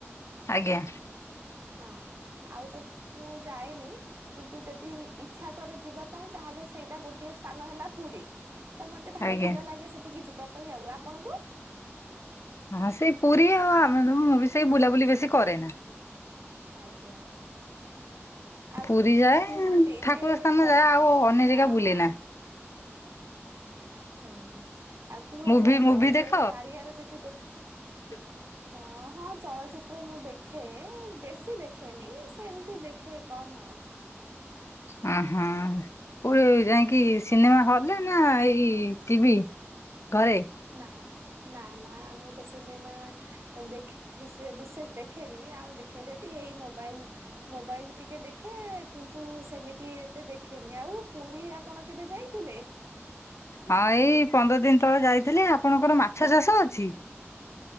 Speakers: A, on the left; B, on the right.
A: ଆଜ୍ଞା।
B: ହଁ ଆଉ ତ ମୁଁ ଯାଏନି। କିନ୍ତୁ ଯଦି ଇଛା କରେ ଯିବା ପାଇଁ ତାହେଲେ ସେଇଟା ଗୋଟିଏ ସ୍ଥାନ ହେଲା ପୁରୀ। ତ ମତେ ଭାରି
A: ଆଜ୍ଞା।
B: ଭଲ ଲାଗେ ସେଠିକି ଯିବା ପାଇଁ ଆଉ। ଆପଣଙ୍କୁ?
A: ହଁ ସେଇ ପୁରୀ ଆଉ ଆମେ ତ ମୁଁ ବି ସେଇ ବୁଲାବୁଲି ବେଶୀ କରେନା।
B: ଆଜ୍ଞା। ଆଉ
A: ପୁରୀ ଯାଏ
B: କୁହନ୍ତି
A: ଠାକୁର
B: ଯେ
A: ସ୍ଥାନ
B: ଭଗବାନ
A: ଯାଏ ଆଉ ଅନ୍ୟ ଜାଗା
B: ହଁ।
A: ବୁଲେ ନା।
B: ହୁଁ ଆଉ କୁହାଯାଏ
A: ମୁଭି ମୁଭି
B: ତ
A: ଦେଖ
B: ଯେ କାଳିଆର ଯଦି ଡୋ
A: <inaudible>
B: ହଁ ହଁ ଚଳଚିତ୍ର ମୁଁ ଦେଖେ, ବେଶୀ ଦେଖେନି, ସେମତି ଦେଖେ କମ୍ ଆଉ।
A: ଉଁ ହୁଁ, କୋଉଠି ଯାଇକି ସିନେମା ହଲରେ ନା ଏଇ ଟିଭି? ଘରେ।
B: ନା ନା ନା ନା ମୁଁ ତ ସିନେମା ଦେଖେ। ବିସେ ବିଶେଷ ଦେଖେନି, ଆଉ ଦେଖେ ଯଦି ଏଇ ମୋବାଇଲ। ମୋବାଇଲ ଟିକେ ଦେଖେ କିନ୍ତୁ ସେମିତି ଏତେ ଦେଖେନି। ଆଉ ପୁରୀ ଆପଣ କେବେ ଯାଇଥିଲେ?
A: ହଁ ଏଇ ପନ୍ଦର ଦିନ ତଳେ ଯାଇଥିଲି, ଆପଣଙ୍କର ମାଛ ଚାଷ ଅଛି?